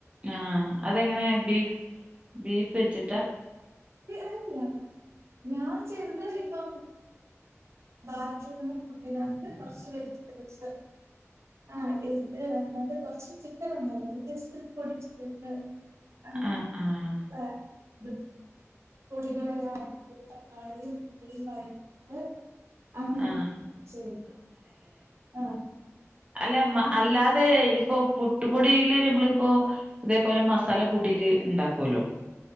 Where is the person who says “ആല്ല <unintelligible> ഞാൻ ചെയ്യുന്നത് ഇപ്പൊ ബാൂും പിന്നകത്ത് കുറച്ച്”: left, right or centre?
Right